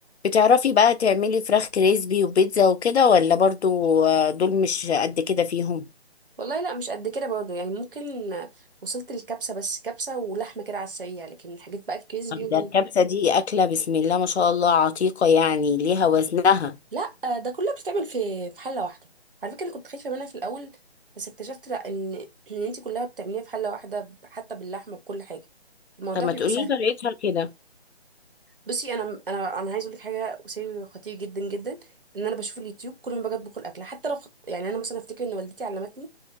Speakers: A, on the left (about 80°); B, on the right (about 55°).
A: بتعرفي بقى تعملي فراخ كريسبي وبيتزا وكده ولا برضو آه، دول مش قد كده فيهم
B: والله لا مش قد كده برضه يعني ممكن وصلت للكبسة بس كبسة ولحمة كده على السريع لكن الحاجات بقى الكريسبي
A: طب
B: وال...
A: ده الكبسة دي أكلة بسم الله ما شاء الله عتيقة يعني ليها وزنها
B: لا ده كلها بتتعمل في في حلة واحدة على فكرة انا كنت خايفة منها في الأول بس اكتشفت لا ان ان انت كلها بتعمليها في حلة واحدة حتى باللحمة بكل حاجة الموضوع
A: فما
B: بيبقى
A: تقولي
B: سهل
A: طريقتها كده
B: بصي انا انا انا عايز اقول لك حاجه سر خطير جدا جدا ان انا بشوف اليوتيوب كل ما باجي اطبخ الاكل حتى لو خط... يعني انا مثلا افتكر ان والدتي علمتني